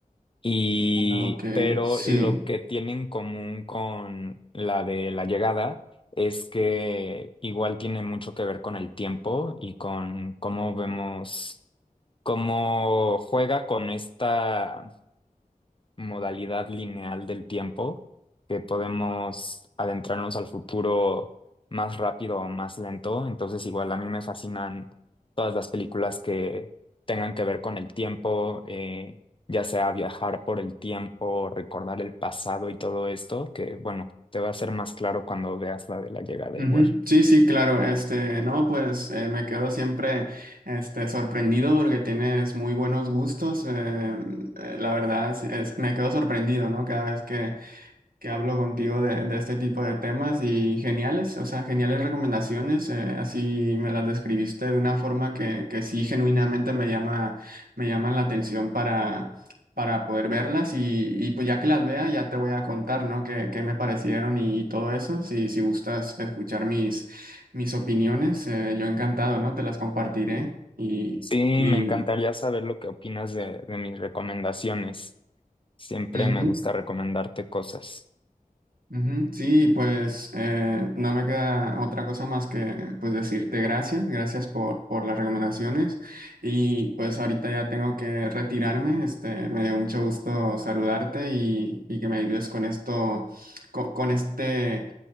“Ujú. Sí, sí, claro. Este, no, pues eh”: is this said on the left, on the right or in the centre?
Right